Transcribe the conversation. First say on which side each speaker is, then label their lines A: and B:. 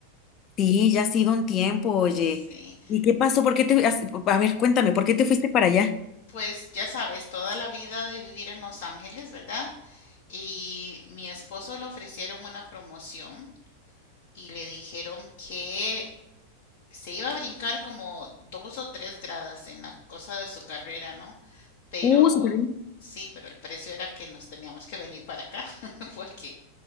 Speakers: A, on the left; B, on the left.
A: Sí, ya ha sido un tiempo, oye.
B: Sí,
A: ¿Y qué pasó? ¿Por qué te... as- A ver, cuéntame, ¿por qué te fuiste para allá?
B: pues ya sabes, toda la vida de vivir en Los Ángeles, ¿verdad? Y mi esposo le ofrecieron una promoción y le dijeron que se iba a brincar como dos o tres gradas en la cosa de su carrera, ¿no? Pero
A: Uh, súper bien.
B: sí, pero el precio era que nos teníamos que venir para acá, <laughs> porque